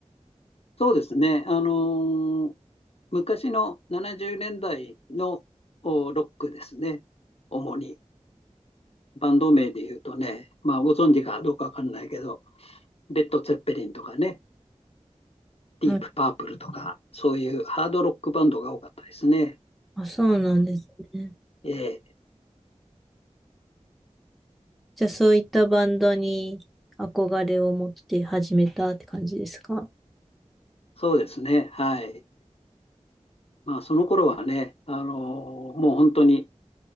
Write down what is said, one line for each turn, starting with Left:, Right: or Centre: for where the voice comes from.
Left: そうですね。あのー昔の70年代のおロックですね。主に。バンド名で言うとね、まあ、ご存知かどうかわかんないけど、レッド・ツェッペリンとかね、ディープ・
Centre: はい。
Left: パープルとか、そういうハードロックバンドが多かったですね。
Centre: あ、そうなんですね。
Left: ええ
Centre: じゃあそういったバンドに憧れを持って始めたって感じですか
Left: そうですね。はい。まあ、その頃はね、あのーもう本当に